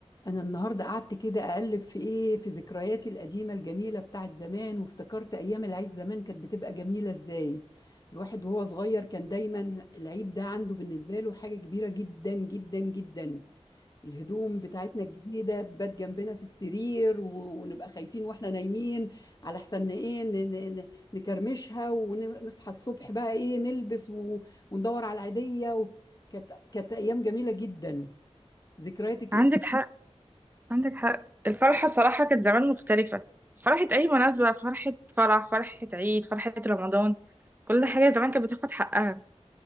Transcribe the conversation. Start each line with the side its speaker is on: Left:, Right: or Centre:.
Left: انا النهارده قعدت كده اقلب في ايه في ذكرياتي القديمه الجميله بتاعت زمان وافتكرت ايام العيد زمان كانت بتبقى جميله ازاي الواحد وهو صغير كان دايما العيد ده عنده بالنسبه له حاجه كبيره جدا جدا جدا الهدوم بتاعتنا الجديده تبات جنبنا في السرير و- ونبقى خايفين واحنا نايمين على حسن ايه ن- ن- ن- نكرمشها ونصحى الصبح بقى ايه نلبس و- وندور على العيديه و- كانت كانت ايام جميله جدا ذكرياتك
Right: عندك
Left: ايه
Right: <laughs> حق عندك حق الفرحة صراحة كانت زمان مختلفة فرحة أي مناسبة فرحة فرح فرحة عيد فرحة رمضان كل حاجة زمان كانت بتاخد حقها